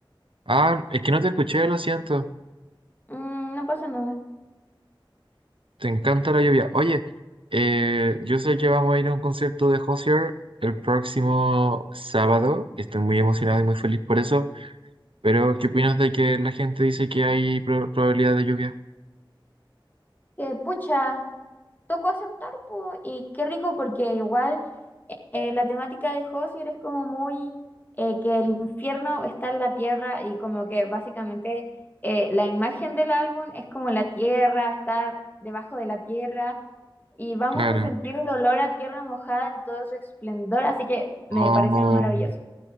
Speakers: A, on the right; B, on the left.
A: Ah, es que no te escuché, lo siento.
B: Mm, no pasa nada.
A: Te encanta la lluvia. Oye, eh, yo sé que vamos a ir a un concierto de Hozier el próximo sábado. Estoy muy emocionado y muy feliz por eso. Pero, ¿qué opinas de que la gente dice que hay pro- probabilidad de lluvia?
B: Que pucha, tocó aceptar, po, y qué rico porque igual eh, la temática de Hozier es como muy eh, que el infierno está en la tierra y como que básicamente eh, la imagen del álbum es como la tierra, estar debajo de la tierra y vamos
A: Claro.
B: a sentir el olor a tierra mojada en todo su esplendor, así que me
A: Oh.
B: parece maravilloso.